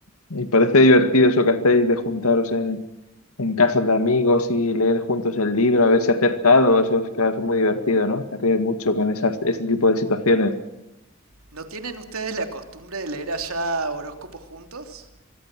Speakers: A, on the left; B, on the right.
A: Y parece divertido eso que hacéis de juntaros en, en casas de amigos y leer juntos el libro, a ver si acertado. Eso es, claro, es muy divertido, ¿no? Te ríes mucho con esas, ese tipo de situaciones.
B: ¿No tienen ustedes la costumbre de leer allá horóscopos juntos?